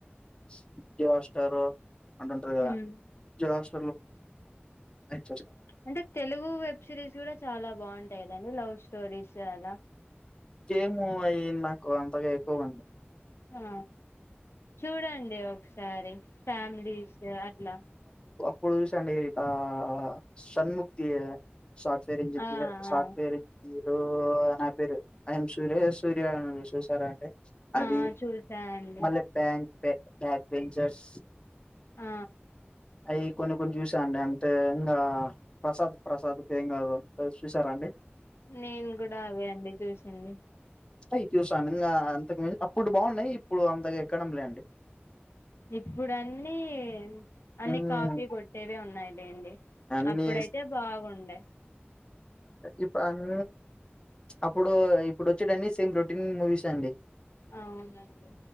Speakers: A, on the left (about 25°); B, on the left (about 80°).
A: <unintelligible> స్టారు <unintelligible>
B: ఉమ్
A: జోస్ <unintelligible>
B: అంటే తెలుగు వెబ్ సిరీస్ కూడా చాలా బావుంటాయి కదండి లవ్ స్టోరీస్ అలా
A: ఏమో అయి నాకు అంతగా ఎక్కువండి
B: ఆ చూడండి ఒకసారి ఫ్యామిలీస్ అట్లా
A: ప్పుడు చూసండి అండి ఆ షణ్ముక్తి సాఫ్ట్వేర్ ఇంజినియర్
B: ఆ
A: సాఫ్ట్వేర్
B: ఆ
A: <unintelligible> ఓ నా పేరు ఆయం సూర్య సూర్య అనుంది చూసారా అంటడి అది
B: ఆ చూసా అండి
A: మళ్ళి బ్యాంక్ బా బ్యాగ్ వెెంచర్స్
B: ఆ
A: ఏ కొన్ని కొన్ని చూస్ ఇ అండి అంతే ఇంకా ప్రసాద్ ప్రసాద్ ఏం కాదు చూసారాండి
B: నేను కూడా అదే అండి చూసింది.
A: అయి చూసాను ఇంకా అంతకు అప్పుడు బాగున్నాయి ఇప్పుడు అంతగా ఎక్కడం లే అండి.
B: ఇప్పుడన్నీ న్నీ అన్ని
A: ఉమ్,
B: కాపీ కొట్టేవి ఉన్నాయిలేండి
A: అన్ని
B: అప్పుడైతే బాగుండే.
A: ఇప్పు అన్ అప్పుడు ఇప్పుడు వచ్చేటియి అన్నీ సేమ్ రొటీన్ మూవీసే అండి.
B: అవునండి